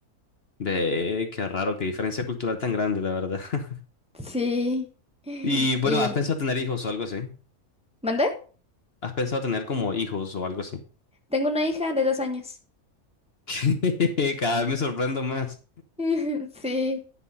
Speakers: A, on the left; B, in the centre.
A: Ve, qué raro, qué diferencia cultural tan grande, la verdad. <laughs>
B: Sí. <laughs>
A: Y bueno,
B: Y...
A: ¿has pensado tener hijos o algo así?
B: ¿Mande?
A: ¿Has pensado tener como hijos o algo así?
B: Tengo una hija de dos años.
A: <laughs> Cada vez me sorprendo más.
B: <laughs> Sí,